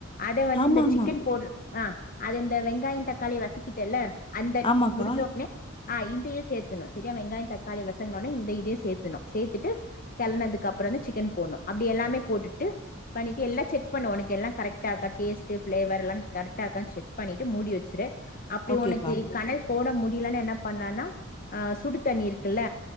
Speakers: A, on the left (about 40°); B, on the left (about 25°).
A: அத வந்து
B: ஆமாமா.
A: இந்த சிக்கன் போடு ஆ அது இந்த வெங்காயம் தக்காளிய வசிக்கிட்டேல்ல அந்த
B: ஆமாக்கா.
A: முடிஞ்சோ உடனே ஆ இதையும் சேர்த்தணும் சரியா வெங்காயம் தக்காளி வசங்கோனே இந்த இதையும் சேர்த்துணும் சேர்த்துட்டு கிளனதுக்கு அப்புறம். அப்றோ வந்து சிக்கன் போட்ணு அப்டி எல்லாமே போட்டுட்டு பண்ணிட்டு எல்லா செக் பண்ணு ஒனக்கு எல்லா கரெட்டா இருக்கா டேஸ்ட்டு ஃப்ளேவர் எல்லா கரெட்டா இருக்கான் செக் பண்ணிட்டு மூடி வச்சிரு. அப்படி
B: ஓகேக்கா.
A: உனக்கு கனல் போட முடியலன்னா என்ன பண்ணலனா அ சுடு தண்ணி இருக்குல்ல